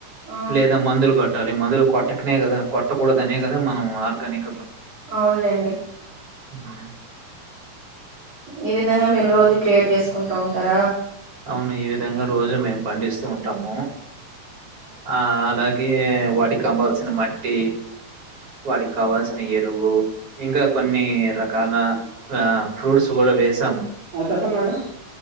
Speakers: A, on the right; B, on the right.
A: ఆ
B: లేదా మందులు కొట్టు కొట్టాలి మందులు కొట్టకనే కదా కొట్టకూడదనే కదా మనం ఆర్గానిక్
A: అవునులేండి
B: అ
A: ఈ విధంగా మీరు రోజు క్రియేట్ చేసుకుంటూ ఉంటాం అత్తర
B: అవును ఈ విధంగా రోజు మేం పండిస్తూ ఉంటాము ఆ అలాగే వాటికి అవాల్సిన మట్టి వాటికి కావాల్సిన ఎరువు ఇంకా కొన్ని రకాల ఫ్రూట్స్ ఆ కూడా వేసి
A: ఆ చెప్పండి మేడం